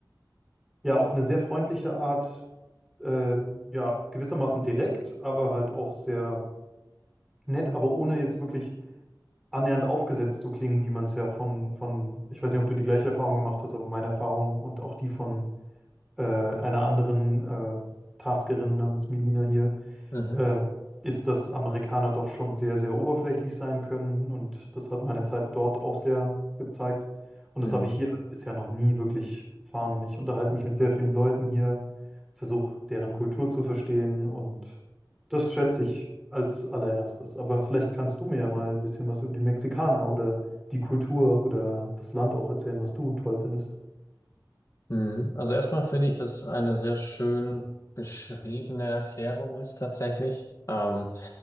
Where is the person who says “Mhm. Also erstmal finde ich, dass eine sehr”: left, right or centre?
Left